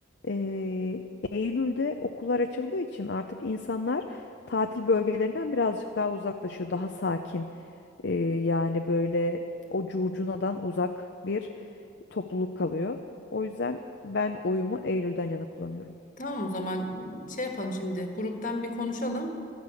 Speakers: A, on the left; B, on the left.
A: Ee, Eylül'de okullar açıldığı için artık insanlar tatil bölgelerinden birazcık daha uzaklaşıyor. Daha sakin. e, yani böyle o curcunadan uzak bir topluluk kalıyor. O yüzden ben oyumu Eylül'den yana kullanıyorum.
B: Tamam o zaman şey yapalım şimdi. Gruptan bir konuşalım.